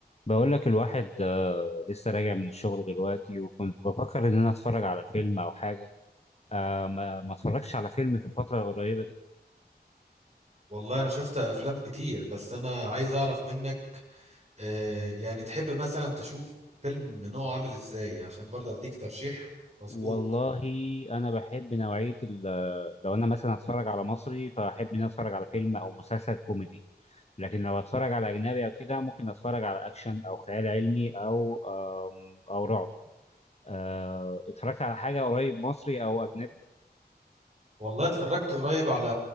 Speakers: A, on the left; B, on the right.
A: بقول لك الواحد آه لسه راجع من الشغل دلوقتي وكنت بفكر ان انا اتفرج على فيلم او حاجه آه ما, ما اتفرجش على فيلم في الفتره القريبه دي
B: والله انا شفت افلام كتير بس انا عايز اعرف منك آه يعني تحب مثلا تشوف فيلم نوعه عامل ازاي عشان برضه اديك ترشيح مظبوط
A: والله انا بحب نوعيه ال- آه، لو انا مثلا اتفرج على مصري فاحب ان انا اتفرج على فيلم او مسلسل كوميدي لكن لو اتفرج على اجنبي او كده ممكن اتفرج على اكشن او خيال علمي او آم، او رعب آه اتفرجت على حاجه قريب مصري او اجنبي
B: والله اتفرجت قريب على